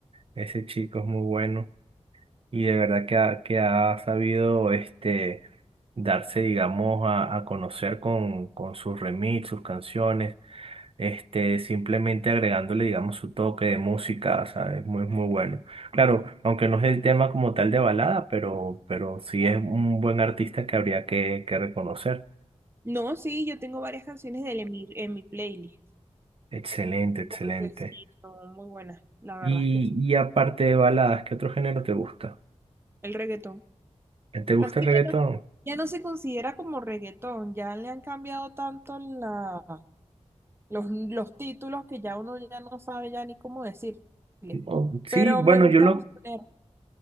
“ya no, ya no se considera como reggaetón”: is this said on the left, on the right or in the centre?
Right